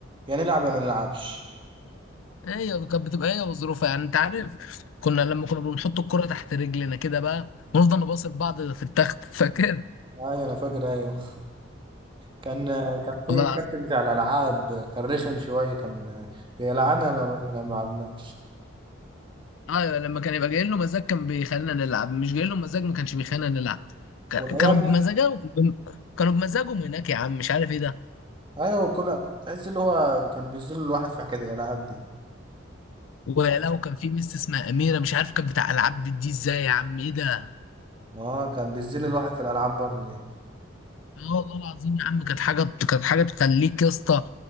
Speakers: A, on the right; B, on the left.
A: يا نلعب يا ما نلعبش
B: <laughs> هي كانت بتبقى هي وظروفها يعني انت عارف كنا لما كنا بنحط الكرة تحت رجلنا كده بقى ونفضل نباصي لبعض في التخت <laughs> فاكر
A: ايوه انا فاكر ايوه كان كان في
B: والله
A: الكابتن
B: العظيم
A: بتاع الالعاب كان رخم شويه كان بيلعبنا لما لما ما لعبناش
B: ايوه لما كان يبقى جاي له مزاج كان بيخلينا نلعب مش جاي له مزاج ما كانش بيخلينا نلعب كان-
A: والايام
B: كانوا بمزاجهم
A: اللي
B: كانوا بمزاجهم هناك يا عم مش عارف ايه ده
A: ايوه كل تحس اللي هو كان بيذل الواحد في حكايه الالعاب دي
B: ولو كان في ميس اسمها اميره مش عارف كانت بتاع العاب دي ازاي يا عم ايه ده
A: اه كان بيذل الواحد في الالعاب برضه دي
B: اه والله العظيم يا عم كانت حاجه كانت حاجه تخليك يا اسطى